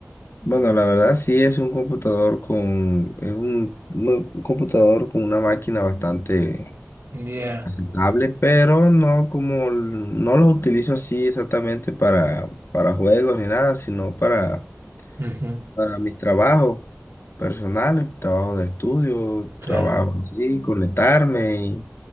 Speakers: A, on the left; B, on the right.
A: Bueno, la verdad sí es un computador con, es un, no, un computador con una máquina bastante
B: Ya,
A: aceptable, pero no como, l- no lo utilizo así exactamente para, para juegos ni nada, sino para,
B: ujú,
A: para mis trabajos personales, trabajo de estudio,
B: Claro,
A: trabajo así, conectarme y...